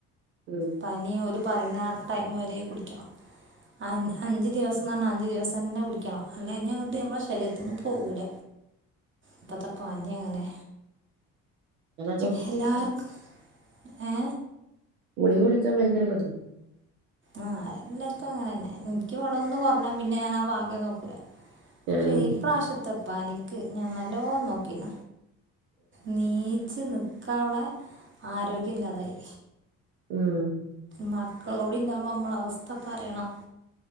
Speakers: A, on the right; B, on the right.
A: ഉം
B: പനി ഒര് പറയുന്ന ആ ടൈമ വരെ കുടിക്കണം അ അഞ്ച് ദിവസം പറഞ്ഞാൽഅഞ്ച് ദിവസം തന്നെ കുടിക്കണം അല്ലഞ്ഞാ അങ്ങോട്ട് നമ്മുടെ ശരീരത്തിന്നും പോകൂല്ല ഇപ്പത്തെ പനി അങ്ങനെ
A: അല്ലാച്ച ഗുളിക
B: ഹലാർക്ക് ഏ
A: ഗുളിക കുടിച്ചാൻ ഭയങ്കര മടി
B: ആ എല്ലാർക്കും അങ്ങനെ തന്നെ എനിക്കും ഇവിടൊന്ന് കൊറഞ്ഞ പിന്നെ ഞാനാ ആ ഭാകെ നോക്ക
A: ഞാൻ
B: പക്ഷെ
A: ഉം
B: ഇപ്രാവശ്യത്തപ്പനിക്ക് ഞാൻ നല്ലോ നോക്കീൻ നീ ച്ച് നിൽക്കള്ളെ ആരോഗ്യം ഇല്ലാതായി
A: ഉം
B: മക്കളൂടി ഇണ്ടാവുമ്പോ നമ്മള അവസ്ഥ പറയണോ